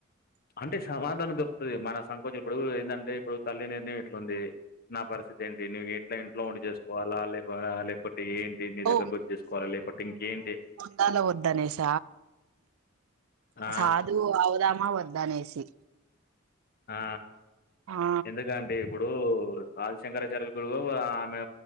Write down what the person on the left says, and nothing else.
అంటే సమాధానం దొరుకుతది మన సంకోంచం ఇప్పుడు ఏంటంటే ఇప్పుడు తల్లి నిర్ణయం ఇట్లాంది నా పరిస్థితి ఏంటి నువి ఇట్లా ఇంట్లో వుండి చేసుకోవాలా లే లేకపోతే ఏంటి నీ
దగ్గర కొచ్చి చేసుకోవాలా లేకపోతే ఇంకేంటి
ఆ!
ఆ
ఎందుకండి ఇప్పుడు ఆది శంకరాచార్యలు గురువు ఆమె